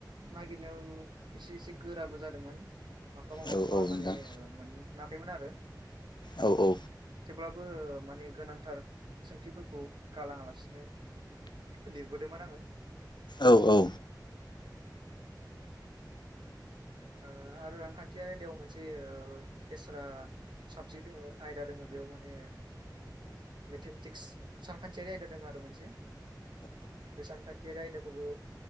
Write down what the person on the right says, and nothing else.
नागिरनायाव एसे एसे गोराबो जादोंमोन माखौबा माखौबा
माने मोनाखैमोन आरो
थेवब्लाबो माने गोनांथार सोंथिफोरखौ गालाङा लासिनो। लिरबोदोंमोन आङो।
आरो रांखान्थियारि आयदायाव मोनसे एसट्रा साबजेक्ट दङ आयदा दङ बेयाव माने मेथेमेटिक्स सानखान्थियारि आयदा दङ आरो मोनसे बे सानखान्थियारि आयदाखौबो